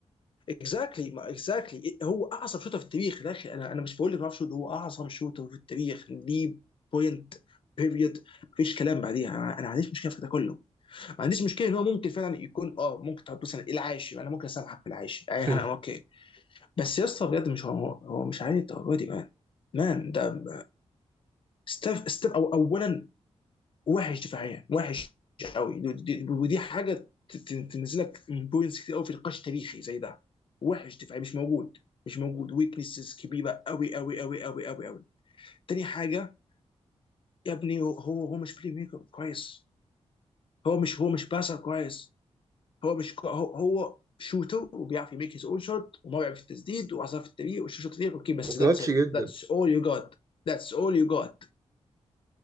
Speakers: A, on the left; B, on the right.
A: اكزاكتلي ما اكزاكتلي هو اعظم شوتر في التاريخ يا اخي انا انا مش بقول لك ما اعرفش هو اعظم شوتر في التاريخ ليه بوينت بيريد مفيش كلام بعديها انا أنا ما عنديش مشكله في ده كله ما عنديش مشكله ان هو ممكن فعلا يكون اه ممكن تحط مثلا العاشر انا ممكن اسامحك في العاشر اي
B: <laughs>
A: حاجه اوكي بس يا اسطى بجد مش هو هو مش عادي الدرجه دي مان مان ده ستيف ستيف أو اولا وحش دفاعيا وحش قوي ودي حاجه ت- ت- تنزلك بوينتس كتير قوي في نقاش تاريخي زي ده وحش دفاعي مش موجود مش موجود ويكنسز كبيره قوي قوي قوي قوي قوي قوي تاني حاجه يا ابني هو هو مش بلاي ميكر كويس هو مش هو مش باسر كويس هو مش كو- هو هو شوتر وبيعرف يميك هيز اون شوت وما بيعرف التسديد وعصف التمرير وشوت فريق اوكي بس
B: وكلاتش
A: ذاتس ات
B: جدا
A: ذاتس اول يو جوت ذاتس اول يو جوت